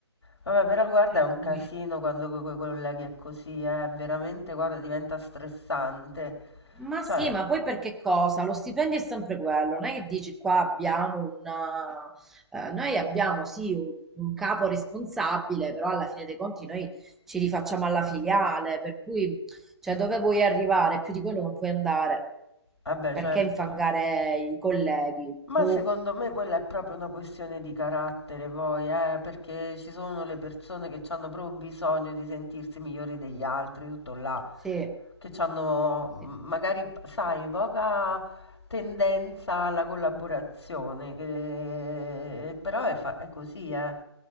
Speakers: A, on the left; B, in the centre.
A: Vabbè, però guarda,
B: Per
A: è un
B: cui...
A: casino quando con i colleghi è così, eh, veramente, guarda, diventa stressante.
B: Ma
A: Cioè,
B: sì, ma poi perché cosa? Lo stipendio è sempre quello, non è che dici qua abbiamo una... eh, eh, noi abbiamo sì un, un capo responsabile, però alla fine dei conti noi ci rifacciamo alla filiale, per cui cioè, dove vuoi arrivare? Più di quello non puoi andare.
A: vabbè,
B: Perché
A: certo.
B: infangare i colleghi?
A: Ma
B: Boh,
A: secondo me quella è proprio una questione di carattere, poi, eh, perché ci sono le persone che hanno proprio bisogno di sentirsi migliori degli altri, tutto là,
B: sì.
A: che hanno magari,
B: Sì.
A: sai, poca tendenza alla collaborazione, che- però è, fa- è così, eh.